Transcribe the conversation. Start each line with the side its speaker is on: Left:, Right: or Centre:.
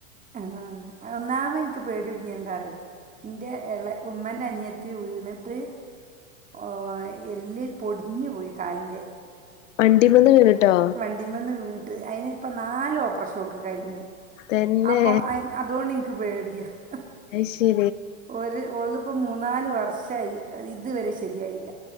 Right: ആഹ് ഒന്നാമത്എനിക്ക് പേടികുട് ങ്ങേത്എന്താറിയോ എന്റെ എളേ ഉമ്മൻ്റെ അനിയത്തി വീണിട്ട് ഓ ആ എല്ല് പൊടിഞ്ഞ് പോയി കാലിന്റെ
Left: വണ്ടിമന്ന്‌ വീണ് ട്ടോ
Right: വണ്ടിമന്ന് വീണണ്ട് അയ്നി ഇപ്പൊ നാല് ഓപ്പറേഷം ഒക്ക് കഴിഞ്ഞ്
Left: തന്നെ
Right: അപ്പോയ്ന് അ അത് കൊണ്ട് എനിക്ക് പേടിയ ആഹ്
Left: അത് ശരി
Right: ഒരു ഓളിപ്പോ മൂന്നാല് വർഷായി ഇതുവരെ ശരിയായില്ല